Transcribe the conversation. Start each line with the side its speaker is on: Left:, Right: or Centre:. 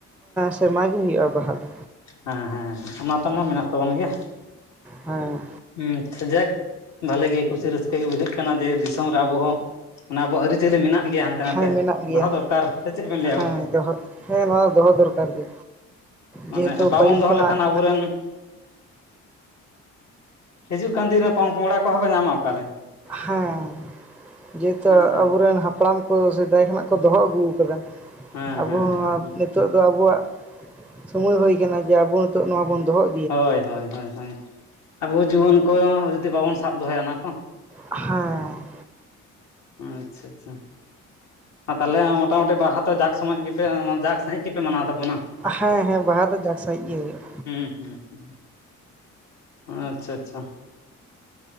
Centre: ᱥᱮᱨᱢᱟ ᱜᱮ ᱦᱩᱭᱩᱜᱼᱟ ᱵᱟᱦᱟ ᱫᱚ
Left: ᱦᱮᱸ ᱦᱮᱸ ᱚᱱᱟ ᱛᱚ ᱢᱟ ᱢᱮᱱᱟᱜ ᱛᱟᱵᱚᱱ ᱜᱮ
Centre: ᱦᱮᱸ
Left: ᱦᱸ ᱥᱡᱟᱠ ᱵᱷᱟᱮᱜ ᱜᱮ ᱠᱩᱥᱤ ᱨᱟᱹᱥᱠᱟᱹ ᱜᱮ ᱵᱩᱡᱷᱟᱹᱜ ᱠᱟᱱᱟ ᱡᱮ ᱫᱤᱥᱚᱢ ᱨᱮ ᱟᱵᱚ ᱦᱚᱸ ᱚᱱᱟ ᱟᱵᱚᱣᱟᱜ ᱟᱹᱨᱤᱪᱟᱹᱞᱤ ᱢᱮᱱᱟᱜ ᱜᱮᱭᱟ ᱦᱟᱱᱛᱮ ᱱᱟᱛᱮ
Centre: ᱦᱮᱸ ᱢᱮᱱᱟᱜ ᱜᱮᱭᱟ
Left: ᱫᱚᱦᱚ ᱫᱚᱨᱠᱟᱨ ᱥᱮ ᱪᱮᱫ ᱵᱮᱱ ᱞᱟᱹᱭᱟ
Centre: ᱦᱮᱸ
Left: ᱜᱚᱝᱠᱮ
Centre: ᱫᱚᱦᱚ ᱦᱮᱸ ᱱᱚᱣᱟ ᱫᱚᱦᱚ ᱫᱚᱨᱠᱟᱨ ᱜᱮ
Left: ᱢᱟᱱᱮ
Centre: ᱡᱮᱦᱮᱛᱩ
Left: ᱵᱟᱵᱚᱱ
Centre: ᱯᱟᱹᱦᱤᱞ
Left: ᱫᱚᱦᱚ
Centre: ᱠᱷᱚᱱᱟᱜ
Left: ᱞᱮᱠᱷᱟᱱ ᱟᱵᱚᱨᱮᱱ ᱦᱤᱡᱩᱜ ᱠᱟᱱ ᱫᱤᱱ ᱨᱮ ᱯᱚᱝᱯᱚᱝᱲᱟ ᱠᱚᱦᱚᱸ ᱠᱚ ᱧᱟᱢᱟ ᱚᱠᱟᱨᱮ
Centre: ᱦᱮᱸ ᱡᱮᱚ
Left: ᱦᱮᱸ ᱥᱮ ᱵᱟᱝ
Centre: ᱟᱵᱚᱨᱮᱱ ᱦᱟᱯ ᱦᱟᱯᱲᱟᱢ ᱠᱚ ᱥᱮᱫᱟᱭ ᱠᱷᱚᱱᱟᱜ ᱠᱚ ᱫᱚᱦᱚ ᱟᱹᱜᱩ ᱟᱠᱟᱫᱟ
Left: ᱦᱮᱸ
Centre: ᱟᱵᱚ
Left: ᱦᱮᱸ
Centre: ᱦᱚᱸ
Left: ᱦᱮᱸ
Centre: ᱱᱚᱣᱟ
Left: ᱦᱮᱸ
Centre: ᱱᱤᱛᱚᱜ ᱫᱚ ᱟᱵᱩᱣᱟᱜ ᱥᱳᱢᱚᱭ ᱦᱳᱭ ᱟᱠᱟᱱᱟ ᱡᱮ ᱟᱵᱚ ᱱᱤᱛᱚᱜ ᱱᱚᱣᱟ ᱵᱚᱱ ᱫᱚᱦᱚ ᱦᱚ
Left: ᱦᱳᱭ ᱦᱳᱭ ᱦᱳᱭ ᱟᱵᱚ ᱡᱩᱣᱟᱹᱱ ᱠᱚ ᱡᱩᱫᱤ ᱵᱟᱵᱚᱱ ᱥᱟᱵ ᱫᱚᱦᱚᱭᱟ ᱚᱱᱟ ᱠᱚ
Centre: ᱦᱮᱸ
Left: ᱟᱪᱪᱷᱟ ᱟᱪᱪᱷᱟ ᱛᱟᱦᱚᱞᱮ ᱢᱚᱴᱟᱢᱩᱴᱤ ᱵᱟᱦᱟ ᱛᱚ ᱡᱟᱠ ᱥᱚᱢᱚᱭ ᱜᱮᱯᱮ ᱡᱟᱠ ᱥᱟᱺᱦᱤᱡ ᱜᱮᱯᱮ ᱢᱟᱱᱟᱣ ᱛᱟᱵᱚᱱᱟ
Centre: ᱦᱮᱸ ᱦᱮᱸ ᱵᱟᱦᱟ ᱫᱚ ᱡᱟᱠ ᱥᱟᱺᱦᱤᱡ ᱜᱮ ᱦᱩᱭᱩᱜ
Left: ᱦᱩᱸ ᱦᱩᱸ ᱦᱩᱸ ᱟᱪᱪᱷᱟ ᱟᱪᱪᱷᱟ